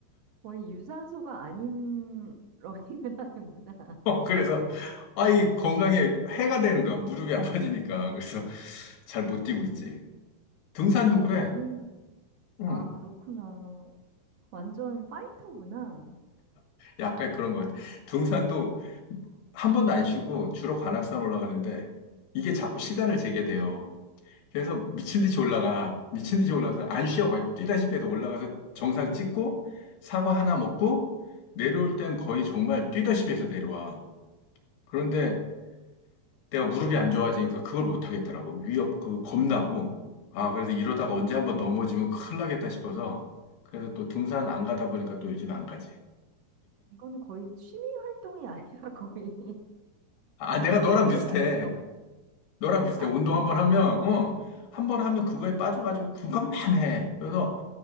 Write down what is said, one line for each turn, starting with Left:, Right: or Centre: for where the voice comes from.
Right: 거의 유산소가 아닌
Left: <laughs>
Right: <laughs> 러닝을 하는구나.
Left: <laughs> 그래서 아이 건강에 해가 되는 거야. 무릎이 아파지니까. 그래서 잘 못 뛰고
Right: 음, 음,
Left: 있지. 등산도
Right: 음. 그래,
Left: 그래.
Right: 러닝.
Left: 응.
Right: 아, 그렇구나. 완전 파이터구나.
Left: 약간 그런 것 같아. 등산도 한 번도 안 쉬고 주로 관악산 올라가는데 이게 자꾸 시간을
Right: 음.
Left: 재게 돼요. 그래서 미친 듯이 올라가. 미친 듯이 올라가서 안 쉬어. 거의 뛰다시피 해서 올라가서 정상 찍고 사과 하나 먹고 내려올 땐 거의 정말 뛰다시피 해서 내려와. 그런데 내가 무릎이 안 좋아지니까 그걸 못 하겠더라고. 위협, 그, 겁나고. 아, 그래서 이러다가
Right: 음,
Left: 언제
Right: 그렇구나.
Left: 한번 넘어지면 큰일 나겠다 싶어서. 그래서 또 등산 안 가다 보니까 또 요즘 안 가지.
Right: 이거는 거의 취미 활동이 아니라 <laughs> 거의
Left: 아, 아, 내가
Right: 목표
Left: 너랑 비슷해.
Right: 달성.
Left: 너랑 비슷해.
Right: 아,
Left: 운동
Right: 진짜?
Left: 한번 하면, 어, 한번 하면 그거에 빠져가지고 그것만 해. 그래서